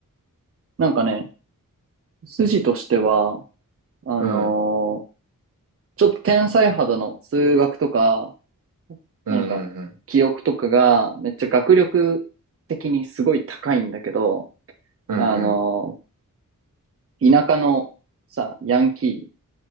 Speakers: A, on the right; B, on the right.
A: なんかね、筋としては、あのー
B: うん、
A: ちょっと天才肌の数学とか、
B: うん、
A: なんか、
B: うん、
A: 記憶とかが、めっちゃ学力的にすごい高いんだけど、
B: うん、
A: あの、田舎のさ、ヤンキー